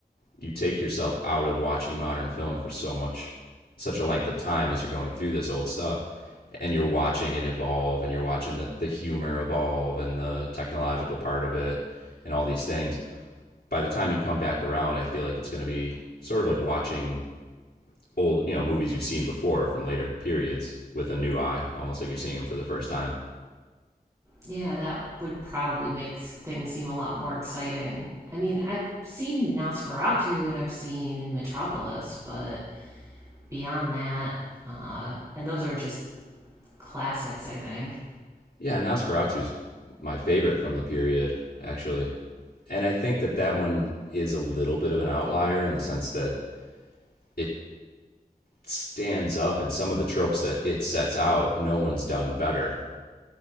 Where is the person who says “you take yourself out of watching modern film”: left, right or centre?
Left